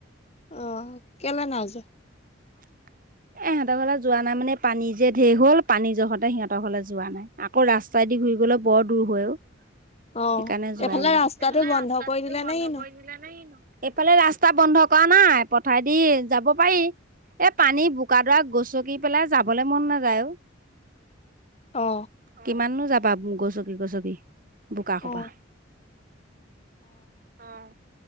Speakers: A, on the left; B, on the right.
A: অ কেলে নাই যোৱা?
B: <inaudible> এ সিহঁতৰ ঘৰলে যোৱা নাই। মানে পানী যে ঢেৰ হ'ল পানী জহতে সিহঁতৰ ঘৰলে যোৱা নাই। আকৌ ৰাস্তাই দি ঘূৰি গ'ল বোলে বৰ দূৰ হয় অ।
A: অ
B: সেইকাৰণে যোৱাই
A: এইফালে
B: নাই।
A: ৰাস্তাটো
B: এইফালে
A: বন্ধ
B: ৰাস্তাতো
A: কৰি দিলে
B: বন্ধ
A: নে কিনো
B: কৰি দিলে নে কি নো? সেফালে ৰাস্তা বন্ধ কৰা নাই। পথাৰেদি যাব পাৰি। এ পানী বোকাডৰা গচকি পেলাই যাবলৈ মন নাযায় ও।
A: অ
B: কিমাননো যাবা গছকি গছকি বোকা সোপা।
A: অ
B: অঁ।